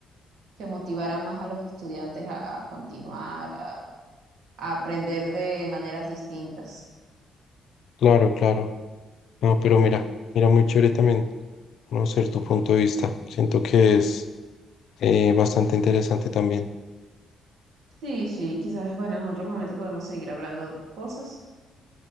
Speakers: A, on the right; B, on the left.
A: que motivaran más a los estudiantes a, a continuar, a a aprender de maneras distintas.
B: Claro, claro. No, pero mira, mira, muy chévere también conocer tu punto de vista. Siento que es eh, bastante interesante también.
A: Sí, sí, quizás, bueno, en otro momento podemos seguir hablando de otras cosas.